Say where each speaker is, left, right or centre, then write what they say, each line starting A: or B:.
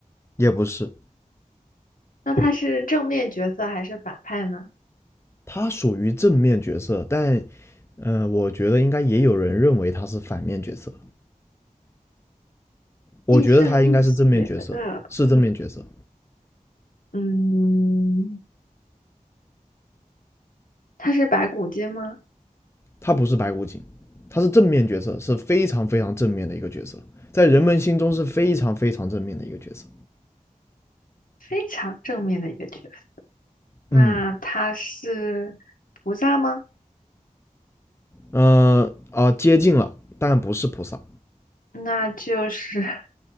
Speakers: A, on the left; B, on the left.
A: 也不是，
B: 那他是正面角色还是反派呢？
A: 他属于正面角色，但嗯，呃，我觉得应该也有人认为他是反面角色。我觉得他应该是正面角色，
B: 亦正亦邪的，
A: 是正面角色，
B: 嗯，他是白骨精吗？
A: 他不是白骨精，他是正面角色，是非常非常正面的一个角色，在人们心中是非常非常正面的一个角色。
B: 非常正面的一个角色。那他是菩萨吗？
A: 嗯，呃啊、呃接近了，但不是菩萨。
B: 那就是 <laughs>